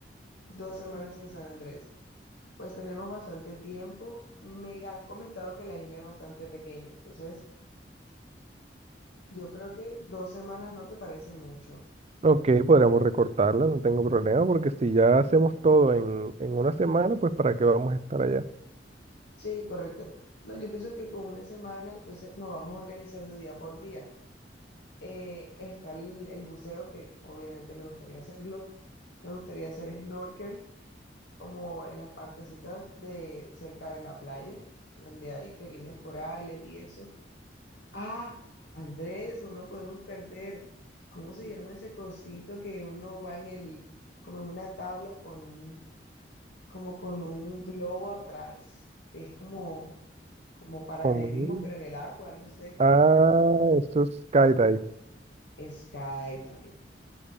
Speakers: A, on the left; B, on the right.
A: Dos semanas en San Andrés. Pues tenemos bastante tiempo. Me han comentado que la isla es bastante pequeña, entonces yo creo que dos semanas no te parece mucho.
B: Ok, podríamos recortarla, no tengo problema, porque si ya hacemos todo en, en una semana, pues ¿para qué vamos a estar allá?
A: Sí, correcto. No, yo pienso que con una semana, entonces nos vamos organizando día por día. Eh, está el, el buceo, que obviamente me gustaría hacerlo. Me gustaría hacer snorkel, como en las partecitas de cerca de la playa, donde hay pequeños corales y eso. Ah, Andrés, no nos podemos perder. ¿Cómo se llama ese cosito que uno va en el, como en una tabla con un, como con un globo atrás? Es como, como paracaidismo,
B: Mm.
A: pero en el agua, no sé, como
B: Ah, esto es skydive,
A: skydive.